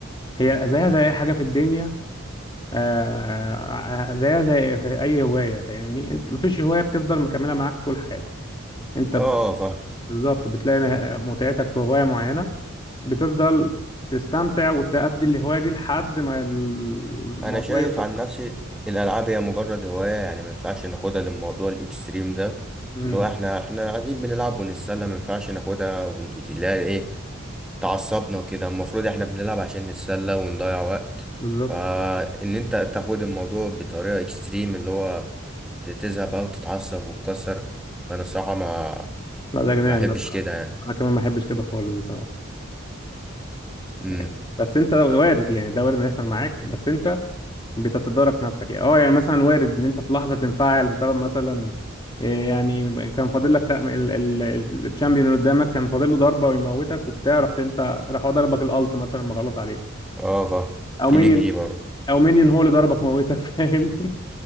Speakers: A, on the left; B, in the centre.
A: هي زيها زي اي حاجه في الدنيا آه، آه، زيها زي اي هوايه فاهمني انت مفيش هوايه بتفضل مكمله معاك طول حياتك انت
B: اه فاهم
A: بالظبط بتلاقي نه- متعتك في هواية معينة بتفضل تستمتع وتأدي الهواية دي لحد ما الموضوع
B: انا شايف
A: يخلص
B: عن
A: معاك
B: نفسي الالعاب هي مجرد هوايه يعني ما ينفعش ناخدها للموضوع الاكستريم ده
A: امم
B: اللي هو احنا احنا قاعدين بنلعب ونتسلى ما ينفعش ناخدها ونقيت- لا ايه تعصبنا كده المفروض احنا بنلعب عشان نتسلى ونضيع وقت
A: بالظبط
B: فان انت تاخد الموضوع بطريقة اكستريم اللي هو تزهق بقى وتتعصب وتكسر فانا الصراحة ما
A: لا ده جنان
B: ما احبش
A: ده بصراحة
B: كده يعني
A: أنا كمان ما بحبش كده خالص بصراحة
B: امم
A: يعني بس أنت لو- وارد يعني ده وارد إنه يحصل معاك بس أنت بتتدارك نفسك يعني أه يعني مثلا وارد إن أنت في لحظة تنفعل بسبب مثلا إيه يعني كان فاضل لك تأم- ال- ال- ال- الشامبيون اللي قدامك كان فاضل له ضربة ويموتك وبتاع رحت أنت راح هو ضربك الألت مثلا مخلص عليك
B: اه فاهم
A: او
B: في
A: مينيون
B: ليك دي برضه
A: او مينيون هو اللي ضربك موتك فاهمني